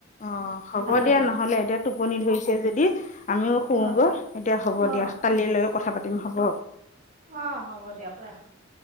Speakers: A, on the left; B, on the right.
A: অ' হ'ব
B: ভাল লাগে
A: দিয়া নহ'লে, এতিয়া টোপনি ধৰিছে যদি। আমিও শুওঁগৈ,
B: অ
A: এতিয়া হ'ব
B: অ
A: দিয়া, কালিলৈ কথা পাতিম হ'ব।
B: অ', হ'ব দিয়ক ৰাখক।